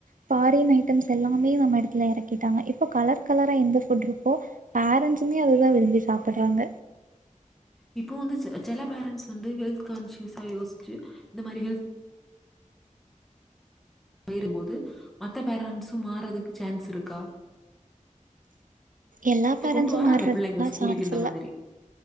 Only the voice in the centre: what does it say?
இப்போ வந்து செ செல பேரண்ட்ஸ் வந்து ஹெல்த் கான்சியஸா யோசிச்சு இந்த மாறி ஹெல்த் போயிரும்போது மத்த பேரன்ஸ்ஸும் மாறதுக்கு சான்ஸ் இருக்கா
ப்ப
கொண்டு வறாங்க
பிள்ளைங்க ஸ்கூலுக்கு
இந்த
மாதிரி